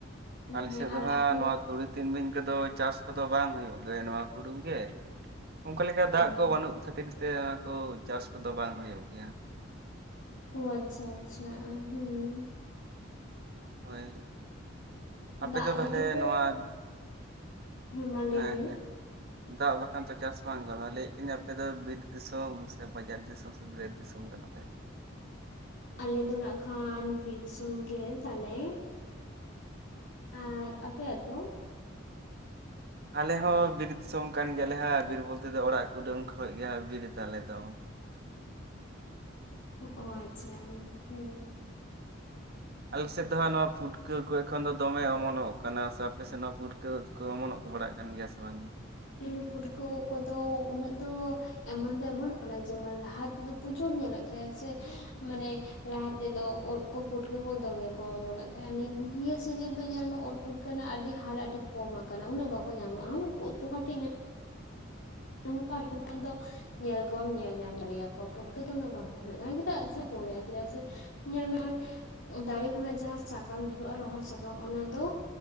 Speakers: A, on the right (about 55°); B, on the left (about 65°).
A: ᱟᱞᱮ
B: ᱦᱮᱸ
A: ᱥᱮᱫ ᱫᱚ
B: ᱟᱨ
A: ᱦᱟᱸᱜ
B: ᱟᱯᱮ
A: ᱱᱚᱣᱟ ᱛᱩᱲᱤ ᱛᱤᱱᱢᱤᱧ ᱠᱚᱫᱚ ᱪᱟᱥ ᱠᱚᱫᱚ ᱵᱟᱝ ᱦᱩᱭᱩᱜ ᱜᱮᱭᱟ, ᱱᱚᱣᱟ ᱦᱩᱲᱩ ᱜᱮ ᱚᱱᱠᱟ ᱞᱮᱠᱟ
B: ᱚ
A: ᱫᱟᱜ ᱠᱚ ᱵᱟᱹᱱᱩᱜ ᱠᱷᱟᱹᱛᱤᱨ ᱛᱮ ᱟᱫᱚ ᱪᱟᱥ ᱠᱚᱫᱚ ᱵᱟᱝ ᱦᱩᱭᱩᱜ ᱜᱮᱭᱟ ᱾
B: ᱳ ᱟᱪᱪᱷᱟ ᱟᱪᱪᱷᱟ ᱦᱩᱸ
A: ᱦᱚᱭ ᱟᱯᱮ
B: ᱫᱟᱜ
A: ᱫᱚ ᱛᱟᱦᱚᱞᱮ
B: ᱨᱮᱜᱮ ᱛᱚ
A: ᱱᱚᱣᱟ
B: ᱢᱟ ᱞᱟᱹᱭ
A: ᱦᱮᱸ
B: ᱢᱮ
A: ᱦᱮᱸ ᱫᱟᱜ ᱵᱟᱱᱠᱷᱟᱱ ᱛᱚ ᱪᱟᱥ ᱵᱟᱝ ᱜᱟᱱᱚᱜᱼᱟ ᱾ᱞᱟᱹᱭ ᱮᱫ ᱛᱟᱦᱮᱸᱱᱟ ᱟᱯᱮ ᱫᱚ ᱵᱤᱨ ᱫᱤᱥᱚᱢ ᱥᱮ ᱵᱟᱡᱟᱨ ᱫᱤᱥᱚᱢ ‍? <unintelligible> ᱫᱤᱥᱚᱢ ᱠᱟᱱᱟ ᱞᱮ
B: ᱟᱞᱮ ᱫᱚ ᱱᱟᱝᱠᱷᱟᱱ ᱵᱤᱨ ᱫᱤᱥᱚᱢ ᱜᱮ ᱛᱟᱞᱮ᱾ ᱟᱨ ᱟᱯᱮᱭᱟᱜ ᱫᱚ?
A: ᱟᱞᱮ ᱦᱚᱸ ᱵᱤᱨ ᱫᱤᱥᱚᱢ ᱠᱟᱱ ᱜᱮᱭᱟᱞᱮ ᱦᱟᱸᱜ ᱵᱤᱨ ᱵᱚᱞᱛᱮ ᱚᱲᱟᱜ ᱠᱩᱰᱟᱹᱢ ᱠᱷᱚᱱ ᱜᱮ ᱵᱤᱨ ᱛᱟᱞᱮ ᱫᱚ᱾
B: ᱚ ᱟᱪᱪᱷᱟ, ᱦᱮᱻ
A: ᱟᱞᱮ ᱥᱮᱫ ᱫᱚ ᱦᱟᱸᱜ ᱱᱚᱣᱟ ᱯᱩᱴᱠᱟᱹ ᱠᱚ ᱮᱠᱷᱚᱱ ᱫᱚ ᱫᱚᱢᱮ ᱚᱢᱚᱱᱚᱜ ᱠᱟᱱᱟ ᱥᱮ ᱟᱯᱮ ᱥᱮᱫ ᱦᱚᱸ ᱯᱩᱴᱠᱟᱹ ᱠᱚ ᱚᱢᱚᱱᱚᱜ ᱵᱟᱲᱟᱜ ᱠᱟᱱ ᱜᱮᱭᱟ ᱥᱮ ᱵᱟᱝ?
B: ᱦᱮᱸ ᱯᱩᱴᱠᱟᱹ ᱠᱚᱫᱚ ᱩᱱᱟᱹᱜ ᱫᱚ, ᱚᱢᱚᱱ ᱫᱚ ᱚᱢᱚᱱᱚᱜ ᱠᱟᱱᱟ ᱡᱮᱢᱚᱱ ᱞᱟᱦᱟ ᱛᱮᱫᱚ ᱯᱨᱚᱪᱩᱨ ᱧᱮᱞᱚᱜ ᱛᱟᱦᱮᱸᱱ ᱥᱮ ᱢᱟᱱᱮ ᱞᱟᱦᱟ ᱛᱮ ᱫᱚ ᱩᱫᱽ ᱠᱚ ᱯᱩᱴᱠᱟᱹ ᱠᱚ ᱫᱚᱢᱮ ᱠᱚ ᱚᱢᱚᱱᱚᱜ ᱛᱟᱦᱮᱸᱱᱟ ᱱᱤᱭᱟᱹ ᱥᱤᱡᱤᱱ ᱫᱚ ᱧᱮᱞ ᱢᱮ ᱩᱫᱽ ᱯᱩᱴᱠᱟᱹ ᱨᱮᱱᱟᱜ ᱟᱹᱰᱤ ᱦᱟᱨ ᱟᱹᱰᱤ ᱠᱚᱢ ᱟᱠᱟᱱᱟ ᱩᱱᱟᱹᱜ ᱵᱟᱠᱚ ᱧᱟᱢᱚᱜᱼᱟ, ᱩᱫ ᱫᱚ ᱠᱟᱹᱴᱤᱡ ᱧᱟᱢᱚᱜ ᱾ <unintelligible> ᱧᱮᱞ ᱠᱚᱣᱟᱢ ᱧᱮᱞ ᱧᱟᱢ ᱫᱟᱲᱮᱭ ᱟᱠᱚᱣᱟ᱾ ᱯᱩᱴᱠᱟᱹ ᱫᱚ ᱩᱱᱟᱹᱜ ᱵᱟᱝᱠᱚ ᱦᱩᱭᱩᱜ ᱠᱟᱱᱟ ᱪᱮᱫᱟᱜ ᱪᱮ ᱪᱮᱫ ᱠᱚ ᱦᱩᱭᱩᱜᱼᱟ ᱪᱮᱫᱟᱜ ᱥᱮ, ᱧᱮᱞ ᱢᱮ ᱫᱟᱨᱮ ᱠᱷᱚᱱᱟᱜ ᱡᱟᱦᱟᱸ ᱥᱟᱠᱟᱢ ᱧᱩᱨᱩᱜᱼᱟ ᱨᱚᱦᱚᱲ ᱥᱟᱠᱟᱢ ᱚᱱᱟ ᱫᱚ